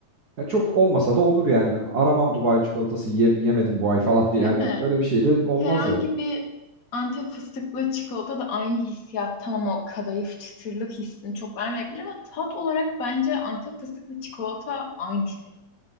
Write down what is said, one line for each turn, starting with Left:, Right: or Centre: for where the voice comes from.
Right: ya çok olmasa da olur yani. Aramam Dubai çikolatası ye- yemedim bu ay falan
Left: Değil
Right: <laughs> diye. Yani
Left: mi?
Right: öyle bir şey de olmaz
Left: Herhangi
Right: yani.
Left: bir Antep fıstıklı çikolata da aynı hissiyat. Tamam o kadayıf çıtırlık hissini çok vermeyebilir ama tat olarak bence Antep fıstıklı çikolata aynı şey.